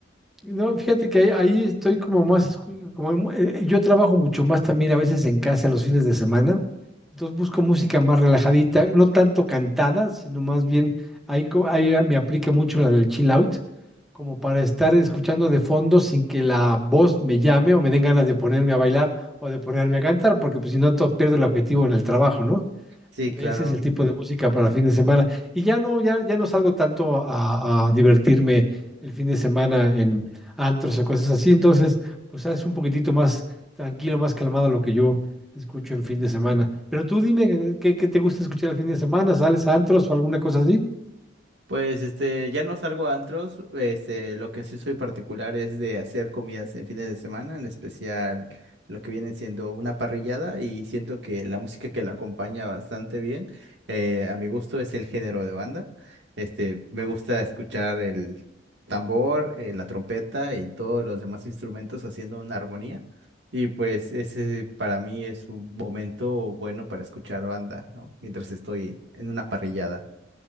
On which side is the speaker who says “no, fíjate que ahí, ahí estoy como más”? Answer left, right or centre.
Centre